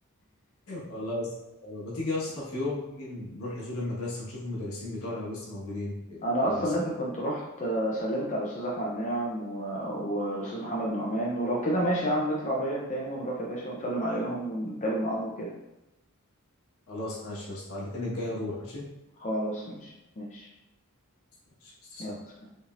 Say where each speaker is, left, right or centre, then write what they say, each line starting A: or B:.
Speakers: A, on the left (about 70°); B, on the left (about 35°).
A: والله يا اسطى ما تيجي يا اسطى في يوم تيجي نروح نزور المدرسه ونشوف المدرسين بتوعنا لو لسه موجودين في
B: انا
A: المدرسه
B: اصلا ابني كنت رحت آه، سلمت على الاستاذ احمد منعم و- والاستاذ محمد نعمان ولو كده ماشي يا عم نطلع بيا تاني ونروح يا باشا ونسلم عليهم ونتقابل معاهم وكده
A: خلاص ماشي يا اسطى على الاثنين الجاي نروح ماشي
B: خلاص ماشي ماشي
A: ماشي يا اسطى،
B: يلا
A: سلام.